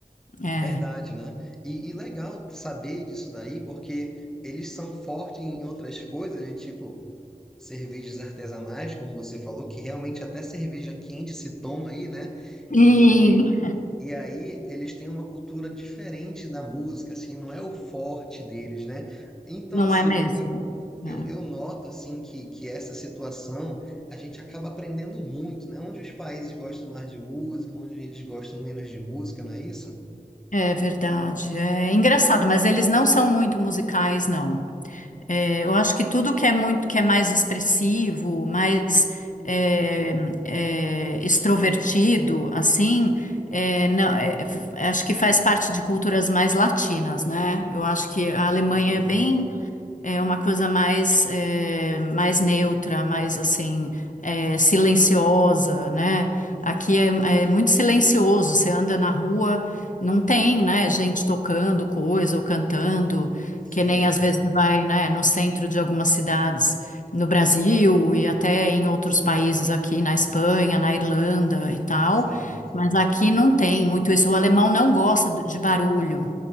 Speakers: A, on the left; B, in the centre.
A: É.
B: Verdade, né? E, e legal saber disso daí, porque eles são fortes em outras coisas, né? Tipo, cervejas artesanais, como você falou, que realmente até cerveja quente se toma aí, né?
A: Sim.
B: E, e aí eles têm uma cultura diferente da música, assim, não é o forte deles, né? Então,
A: Não
B: Silva,
A: é mesmo?
B: eu, Eu,
A: É,
B: eu noto assim que, que essa situação a gente acaba aprendendo muito, né? Onde os países gostam mais de música, onde eles gostam menos de música, não é isso?
A: É verdade. É engraçado, mas eles não são muito musicais, não. É, eu acho que tudo que é muito, que é mais expressivo, mais é, é, extrovertido, assim, é, não- é, é, acho que faz parte de culturas mais latinas, né? Eu acho que a Alemanha
B: Hum,
A: é bem É uma coisa mais, eh, mais neutra, mais assim, eh, silenciosa, né? Aqui é, é muito silencioso, você anda na rua, não tem, né, gente tocando coisa ou cantando,
B: certo,
A: que nem às vezes você vai, né, no centro de algumas cidades no Brasil e até em outros países aqui na Espanha, na Irlanda e tal.
B: certo.
A: Mas aqui não tem muito isso. O alemão não gosta de barulho.